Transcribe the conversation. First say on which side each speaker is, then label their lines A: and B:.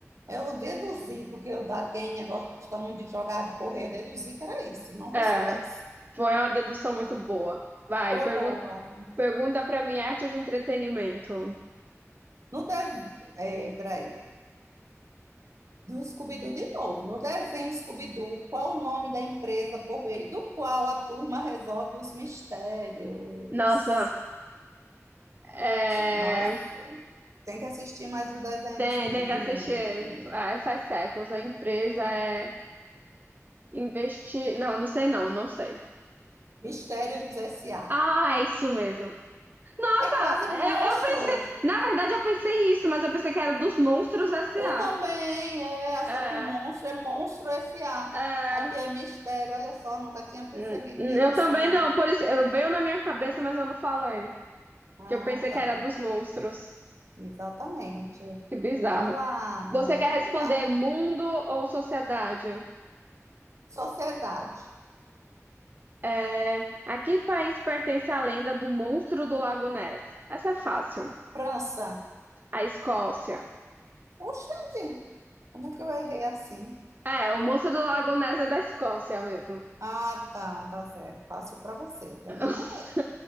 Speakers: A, on the right (about 65°); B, on the right (about 35°).
A: Eu deduzi, porque o da Quênia gosta muito de jogar, de correr, eu deduzi que era isso, não que
B: É,
A: eu soubesse.
B: foi uma dedução muito boa. Vai,
A: Foi
B: pergun-
A: boa.
B: pergunta para mim, artes e entretenimento.
A: No de... É, peraí. Do Scooby-Doo de novo. No desenho Scooby-Doo, qual o nome da empresa por meio do qual a turma resolve os mistérios?
B: Nossa, é,
A: Nossa, tem que assistir mais o desenho
B: Tem,
A: do Scooby-Doo.
B: tem que assistir. Ai, faz séculos. A empresa é investir. Não, não sei não, não sei.
A: Mistérios S A.
B: Ah, é isso mesmo. Nossa,
A: É quase
B: eu,
A: monstros.
B: eu pensei. Na verdade, eu pensei isso, mas eu pensei que era dos Monstros S
A: Eu
B: a
A: também, é.
B: É,
A: Só que o monstro é monstro S A.
B: é.
A: Aqui é mistério. Olha só, nunca tinha percebido
B: Hum, hum,
A: isso,
B: Eu também
A: não
B: não,
A: é?
B: por isso. Eu veio na minha cabeça, mas eu não falei.
A: Ah,
B: Que eu pensei
A: tá.
B: que era dos monstros.
A: Exatamente.
B: Que bizarro.
A: Vamos lá.
B: Você
A: É,
B: quer
A: que
B: responder
A: bizarro.
B: mundo ou sociedade?
A: Sociedade.
B: É, a que país pertence a lenda do monstro do Lago Ness? Essa é fácil.
A: França.
B: A Escócia.
A: Oxente, como é que eu errei assim?
B: É, o monstro do Lago Ness é da Escócia mesmo.
A: Ah, tá, tá certo. Fácil para você, para
B: <laughs>
A: mim não é.